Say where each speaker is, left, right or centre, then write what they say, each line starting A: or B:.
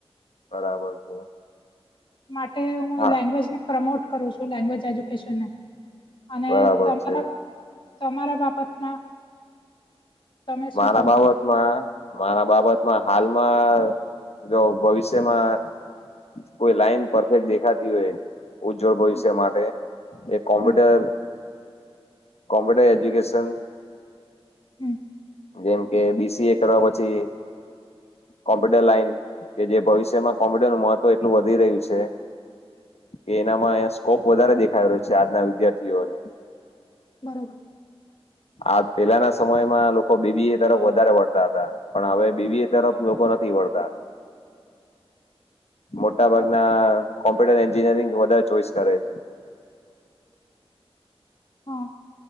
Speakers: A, on the left; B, on the left.
A: બરાબર છે.
B: માટે હું
A: હા
B: એ લેંગ્વેજને પ્રમોટ કરું છું. લેંગ્વેજ એજ્યુકેશન ને- અને
A: બરાબર
B: તમારા
A: છે
B: તમારા બાબતમાં- તમે શું
A: મારા
B: કહો
A: બાબત-
B: છો
A: મારા બાબતમાં હાલમાં જો ભવિષ્યમાં- કોઈ લાઈન પરફેક્ટ દેખાતી હોય- ઉજ્જવળ ભવિષ્ય
B: હા
A: માટે એક કોમ્પ્યુટર-
B: હા
A: કોમપ્યુટર એજ્યુકેશન-
B: હમ
A: જેમ કે બી-સી-એ કરવા પછી- કોમ્પ્યુટર લાઈન કે જે ભવિષ્યમાં કોમ્પ્યુટરનું મહત્વ એટલું વધી રહ્યું છે. એ એનામાં સ્કોપ વધારે દેખાય રહ્યો છે, આજના વિદ્યાર્થીઓને-
B: બરોબર
A: આ પેલાના સમયમાં લોકો બી-બી-એ તરફ વધારે વળતા હતા- પણ હવે બી-બી-એ તરફ લોકો નથી વળતા. મોટા ભાગના
B: બરોબર
A: કોમ્પ્યુટર એન્જિનિયરિંગ વધારે ચોઈસ કરે છે.
B: હા